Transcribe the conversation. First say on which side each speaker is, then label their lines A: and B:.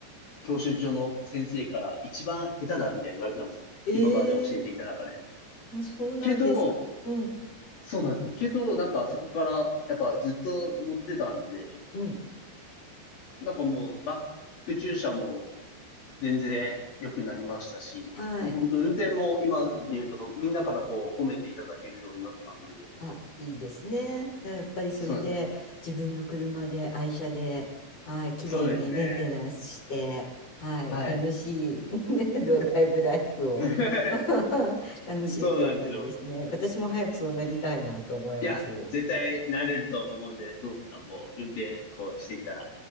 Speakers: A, on the left; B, on the left.
A: 教習所の先生から一番下手だみたいに言われたんですよ。
B: ええ
A: 今まで教えてきた中で。
B: あ、そうなんですか。
A: けど、
B: うん、
A: そうなんですよ。けど、なんかそこから、やっぱずっと乗ってたんで、
B: うん。
A: なんかもうバック駐車も全然良くなりましたし、
B: はい。
A: もう本当運転も今で言うと、みんなからこう褒めていただけるようになったんで、
B: あ、いいですね。やっぱりそれで自分の車で愛車で、
A: そうなんです。
B: はい、綺麗にメンテナンスして、
A: そうですね。
B: はい、
A: はい。
B: 楽しい、ね、ドライブライフを
A: <laughs>
B: <laughs> 楽しんでる感じですね。
A: そうなんですよ。
B: 私も早くそうなりたいなと思います。
A: いや、絶対慣れると思うんで、ともこさんも運転こうしていったら